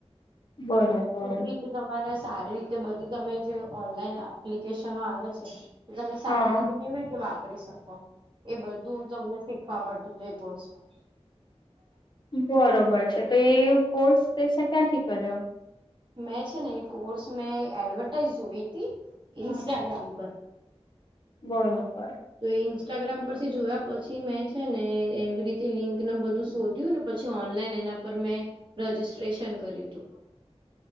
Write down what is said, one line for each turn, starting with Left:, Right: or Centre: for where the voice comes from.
Left: બરોબર.
Right: કેવી રીતે તમારે સારી રીતે બધી તમે જે ઓનલાઈન એપ્લિકેશનો આવે છે. કે તમે
Left: હા
Right: સારી રીતે કેવી રીતે વાપરી શકો એ બધું તમને શખ. મ કોર્સમાં.
Left: બરોબર છે, તો એ કોર્સ પ ક્યાંથી કર્યો
Right: મેં છે ને એ કોર્સ મેં એડવર્ટાઈઝ જોઈ હતી ઇન્સ્ટાગ્રામ પર.
Left: બરોબર.
Right: તો ઇન્સ્ટાગ્રામ પરથી જોયા પછી મેં છેને, એવી રીતે લિંકને બધું શોધ. ને પછી ઓનલાઈન એના પર મેં રજીિસ્ટ્રેશન કર્યું હતુ